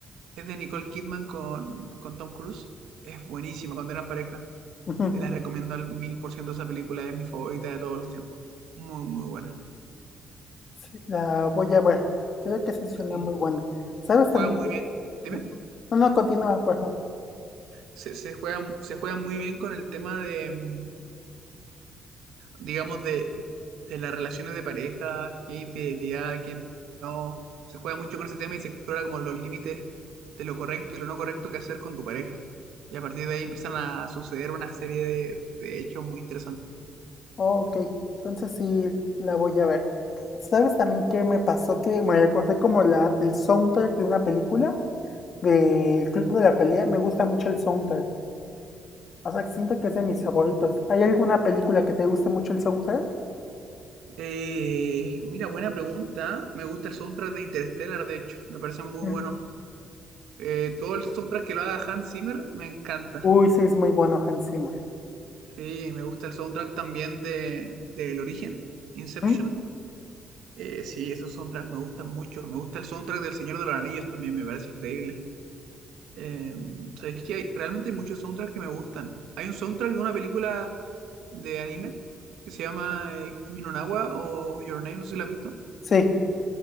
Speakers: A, on the right; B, on the left.
A: Es de Nicole Kidman con, con Tom Cruise. Es buenísima cuando eran pareja.
B: Ujú.
A: Te la recomiendo al mil por ciento esa película, es mi favorita de todos los tiempos. Muy, muy buena.
B: Sí, la voy a ver. Creo que sí suena
A: Sí.
B: muy buena. ¿Sabes
A: Juega
B: también
A: muy
B: que...
A: bien. Dime.
B: Ujú. No, no, continúa, perdón.
A: Se, se juega, se juega muy bien con el tema de, mm, digamos, de, de las relaciones de pareja, qué infidelidad, qué no. Se juega mucho con ese tema y se explora como los límites de lo correcto y lo no correcto que hacer con tu pareja. Y a partir de ahí empiezan a suceder una serie de, de hechos muy interesantes.
B: Oh, ok, entonces sí la voy a ver. ¿Sabes también qué me pasó? Que me recordé como la, el soundtrack de una película, del Club de la Pelea. Me gusta mucho el soundtrack. O sea, que siento que es de mis favoritos. ¿Hay alguna película que te guste mucho el soundtrack?
A: Eh, mira, buena pregunta. Me gusta el soundtrack de Interstellar, de hecho. Me parece muy
B: Mm.
A: bueno. Eh, todo el soundtrack que lo haga Hans Zimmer me encanta.
B: Uy, sí, es muy bueno Hans Zimmer.
A: Sí, me gusta el soundtrack también de, del Origen, Inception.
B: Ujú.
A: Eh, sí, esos soundtracks me gustan mucho. Me gusta el soundtrack del Señor de los Anillos también, me parece increíble. Eh, ¿sabes qué? Hay, realmente hay muchos soundtracks que me gustan. Hay un soundtrack de una película de anime que se llama eh, Kimi no Na wa o Your Name, no sé si la has visto.
B: Sí,